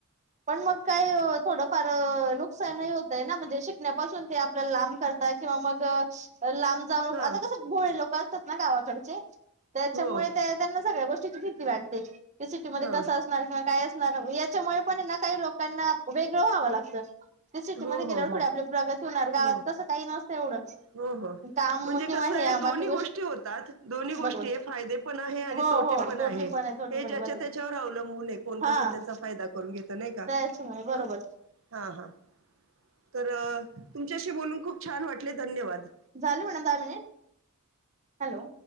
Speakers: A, on the right (about 35°); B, on the right (about 65°).
A: पण मग काही थोडंफार नुकसानही होतंय ना, म्हणजे शिकण्यापासून ते आपल्याला लांब करताय किंवा मग लांब जावू नको.
B: हा
A: आता कसं भोळे लोकं असतात ना गावाकडचे, त्याच्यामुळे
B: हो
A: त्यांना सगळ्या गोष्ट ष्टीची भीती वाटते, की सिटीमध्ये
B: हा
A: कसं अस णार किंवा काय असणार याच्यामुळे पण आहे ना, काही लोकांना वेगळं व्हावं लागतं. ते सिटीमध्ये
B: हो हो
A: गेल्यावर
B: हो
A: थोडी आपली प्रगती होणार, गावात
B: हो
A: तसं काही नसतं एवढं.
B: हो.. हो,
A: काम
B: म्हणजे
A: किंवा
B: कसं
A: हे
B: आहे दोन्ही
A: बाकी
B: गोष्टी होतात दोन्ही गोष्टी
A: बरोबर
B: आहे. फायदे पण आहे आणि
A: हो
B: तोटे
A: हो
B: पण
A: तोटी
B: आहे,
A: तोटी
B: हे
A: पण
B: ज्याच्या
A: आहे बरोबर
B: त्याच्यावर अवलंबून आहे. कोण, कसा
A: हा
B: त्याचा फायदा करून घेतं नाही का?
A: त्याच बरोबर
B: आ? हां हां, तर तुमच्याशी बोलून खूप छान वाटले. धन्यवाद.
A: झाले मॅडम दहा मिनिट? हॅलो.